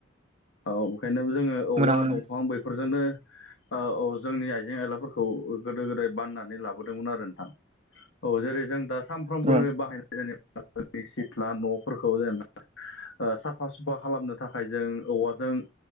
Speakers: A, on the left; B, on the right.
A: औ बेखायनो जोङो औवा
B: मोना मोना
A: दंफां बेफोरजोंनो ओ औ जोंनि आइजें आयलाफोरखौ गोदो गोदाय बाननानै लाबोदोंमोन आरो नोंथां। औ जेरै जों दा सानफ्रोमबो
B: औ
A: बाहायनाय जेनेबा सिथ्ला न' फोरखौ जेनेबा ओ साफा सुफा खालामनो थाखाय जों औवाजों